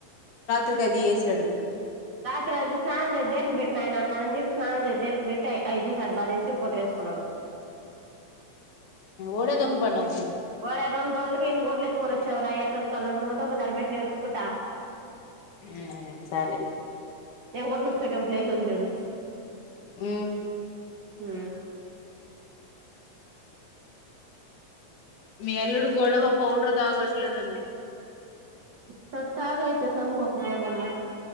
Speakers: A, on the left; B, on the right.
A: ఉ కది ఏశాడు
B: త్రా అది స్నానం చేసి దీపం పెట్టు నాయనా అన్నాను అని చెప్పేసి స్నానం చేసి దీపం పెట్టి అయితీసి అడబారేసి ఇంకోటి వేసుకున్నాడు.
A: ఓడే దొకు పడినావ్
B: ఒరే రెండు రోజులకి ఇన్ని గుడ్లు ఎత్తుకోనోచ్చవురా యట్ట ఉతకాల అంటే నువ్ ఉతక్కపోతే ఆడబెట్టు నేను ఉతుక్కుంటా
A: మ్మ్ సరే
B: నేను గుడ్లు ఉతికేటప్పుడు లేచివచ్చిచూడు.
A: ఊ
B: ఉ
A: మీ అల్లుడు గొడవ పౌడర్ తాగట్లేదని
B: సర్ తాగ అయితే సందుకోకపోతన్నా